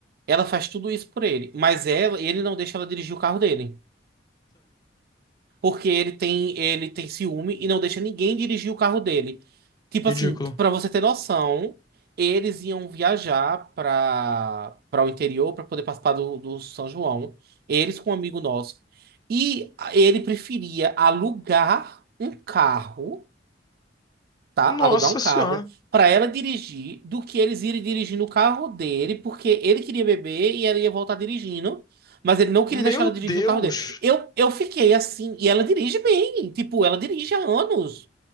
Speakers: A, on the right; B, on the left.
A: ela faz tudo isso por ele, mas ela, ele não deixa ela dirigir o carro dele. porque ele tem ele tem ciúme e não deixa ninguém dirigir o carro dele. Tipo
B: Ridículo.
A: assim, pra você ter noção, eles iam viajar pra para o interior pra poder participar do, do São João, eles com um amigo nosso. E ele preferia alugar um carro tá?
B: Nossa
A: Alugar um carro
B: senhora.
A: para ela dirigir do que eles irem dirigir no carro dele, porque ele queria beber e ela ia voltar dirigindo, mas ele não queria
B: Meu
A: deixar ela
B: Deus.
A: dirigir o carro dele. Eu, eu fiquei assim, e ela dirige bem, tipo, ela dirige há anos,